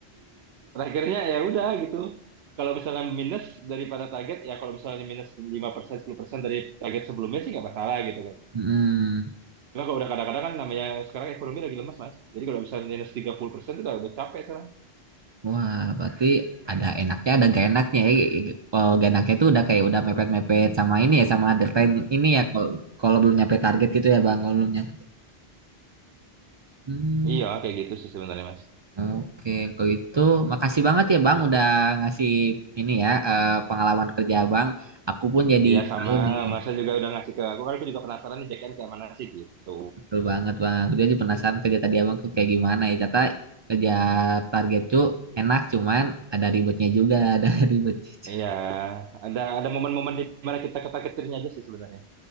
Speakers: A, on the right; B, on the right.
A: Terakhirnya ya udah gitu. Kalau misalnya minus daripada target, ya kalau misalnya minus lima persen, 10% dari target sebelumnya sih nggak masalah gitu kan.
B: Hmm.
A: Cuma kalau udah kadang-kadang kan namanya sekarang ekonomi lagi lemas, Mas. Jadi kalau misalnya minus 30% itu udah, udah capek sekarang.
B: Wah, berarti ada enaknya ada gak enaknya ya. gitu. Kalau gak enaknya tuh udah kayak udah mepet-mepet sama ini ya sama deadline ini ya kalau kalau belum nyampe target gitu ya Bang, kalau belum nyampe. Hmm.
A: Iya, kayak gitu sih sebenarnya, Mas.
B: Oke, kalau itu makasih banget ya Bang udah ngasih ini ya eh, pengalaman kerja Abang. Aku pun jadi
A: Iya sama,
B: tahu nih
A: masa juga udah ngasih ke aku kan aku juga penasaran nih BKN kayak mana sih gitu.
B: betul banget Bang. Aku jadi penasaran kerja tadi Abang tuh kayak gimana ya. Ternyata kerja target tuh enak cuman ada ribetnya juga, <laughs> ada ribetnya. juga.
A: Iya, ada ada momen-momen di mana kita ketar-ketirnya aja sih sebenarnya.